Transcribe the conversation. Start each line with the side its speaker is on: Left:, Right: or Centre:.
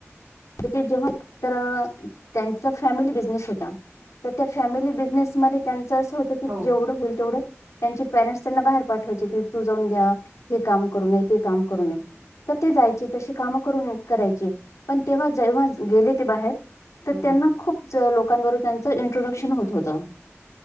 Left: तिथे जेव्हा तर त्यांचा फॅमिली बिझनेस होता. त त्या फॅमिली बिझनेसमध्ये त्यांच असं होतं की,
Right: हो
Left: जेवढं
Right: हो
Left: होईल तेवढं त्यांची पेरेंट्स त्यांना बाहेर पाठवायचे. की तू जाऊन घ्या. हे काम करून ये. ते काम करून ये. त ते जायचे. तशी कामं करून करायचे. पण तेव्हा जेव्हा गेले ते बाहेर तर
Right: हम्म
Left: त्यांना खूप च लोकांबरोबर त्यांचं इंट्रोडक्शन होत होतं.